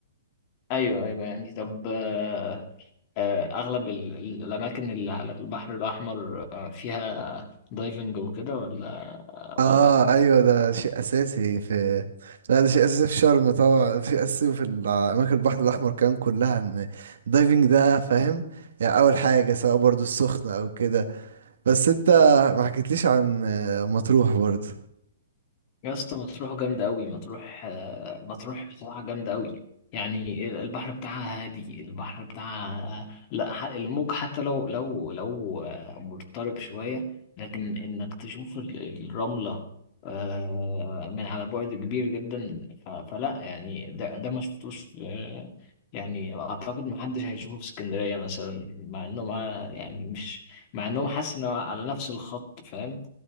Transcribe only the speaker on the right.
اه
ايوه ده شيء اساسي في لا ده شيء اساسي في شرم طبعا في اساسي في ال- اماكن البحر الاحمر كمان كلها ان الدايفنج ده فاهم يعني اول حاجه سواء برضو السخنه او كده بس انت ما حكيتليش عن آه، مطروح برضو